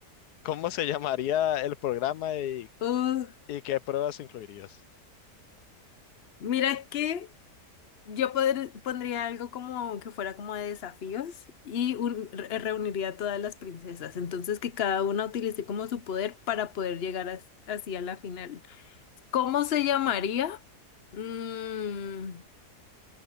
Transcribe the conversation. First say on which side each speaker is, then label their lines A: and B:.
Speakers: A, on the left; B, on the left.
A: ¿Cómo se llamaría el programa y,
B: Uh,
A: y qué pruebas incluirías?
B: mira que Yo podr- pondría algo como que fuera como de desafíos y un- re- reuniría a todas las princesas. Entonces que cada una utilice como su poder para poder llegar as- así a la final. ¿Cómo se llamaría? Mm,